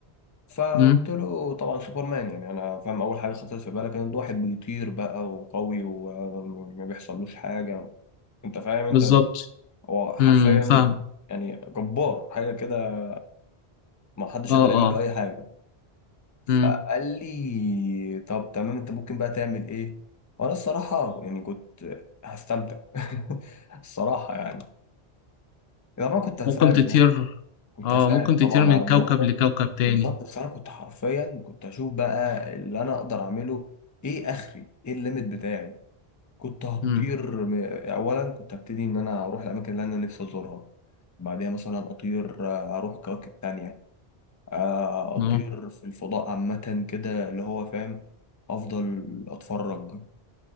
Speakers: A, on the left; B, on the left.
A: فقلت
B: امم
A: له طبعا سوبرمان يعني انا فاهم اول حاجه خطرت في بالك ان ده واحد بيطير بقى وقوي وما بيحصلوش حاجه انت فاهم انت
B: بالظبط
A: هو حرفيا
B: امم فاهم
A: يعني جبار حاجه كده ما حدش
B: اه
A: يقدر يعمل
B: اه
A: له اي حاجه
B: امم
A: فقال لي طب تمام انت ممكن بقى تعمل ايه وانا الصراحه يعني كنت هستمتع <laughs> الصراحه يعني طبعا كنت هساعد
B: ممكن تطير
A: كنت
B: اه
A: هساعد
B: ممكن تطير
A: طبعا
B: من
A: على
B: كوكب
A: الضمان ده
B: لكوكب تاني
A: بالظبط بس انا كنت حرفيا كنت اشوف بقى اللي انا اقدر اعمله ايه اخري ايه الليميت بتاعي كنت هطير
B: امم
A: م... اولا كنت هبتدي ان انا اروح الاماكن اللي انا نفسي ازورها بعديها مثلا اطير آه، اروح كواكب تانية آه، اطير
B: اه
A: في الفضاء عامة كده اللي هو فاهم افضل اتفرج